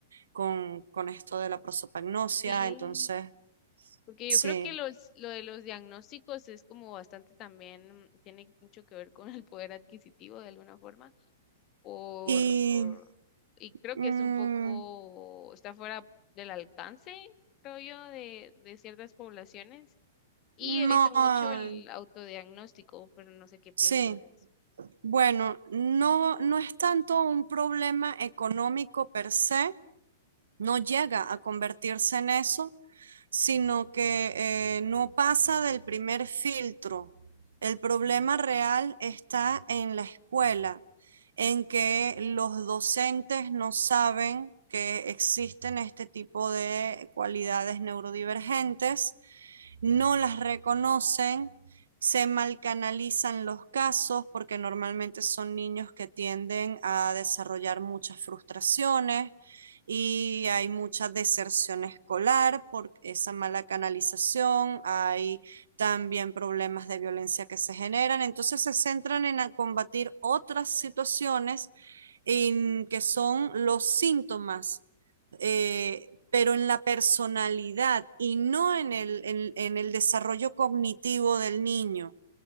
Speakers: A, on the right; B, on the left.
A: con, con esto de la prosopagnosia,
B: sí.
A: entonces,
B: Porque
A: sí.
B: yo creo que los, lo de los diagnósticos es como bastante también, mm, tiene mucho que ver con <laughs> el poder adquisitivo de alguna forma, por,
A: Y
B: por- y creo
A: mm,
B: que es un poco, está fuera del alcance, creo yo, de, de ciertas poblaciones. Y
A: no,
B: he visto mucho
A: ah,
B: el autodiagnóstico, pero no sé qué piensas
A: sí.
B: de eso.
A: Bueno, no, no es tanto un problema económico per se, no llega a convertirse en eso, sino que eh, no pasa del primer filtro. El problema real está en la escuela, en que los docentes no saben que existen este tipo de cualidades neurodivergentes, no las reconocen, se malcanalizan los casos porque normalmente son niños que tienden a desarrollar muchas frustraciones, y hay mucha deserción escolar por esa mala canalización, hay también problemas de violencia que se generan, entonces se centran en combatir otras situaciones en que son los síntomas, eh, pero en la personalidad y no en el, en en el desarrollo cognitivo del niño